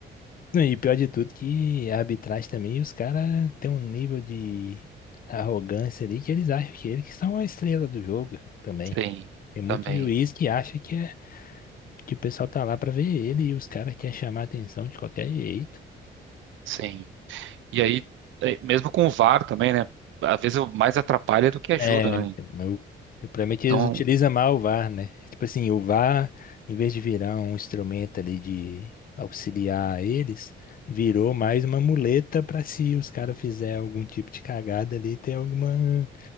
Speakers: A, on the left (about 45°); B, on the right (about 75°).
A: Não, E pior de tudo que a arbitragem também, os caras têm um nível de arrogância ali que eles acham que eles que são a estrela do jogo também.
B: Sim,
A: Tem muito
B: também,
A: juiz que acha que, é, que o pessoal tá lá pra ver ele e os caras querem chamar a atenção de qualquer jeito.
B: sim. E aí, é, mesmo com o VAR também, né? Às vezes eu mais atrapalha do que ajuda,
A: É,
B: né?
A: meu, o problema é que
B: Então,
A: eles utilizam mal o VAR, né? Tipo assim, o VAR, em vez de virar um instrumento ali de auxiliar eles, virou mais uma muleta pra se os caras fizerem algum tipo de cagada ali, ter alguma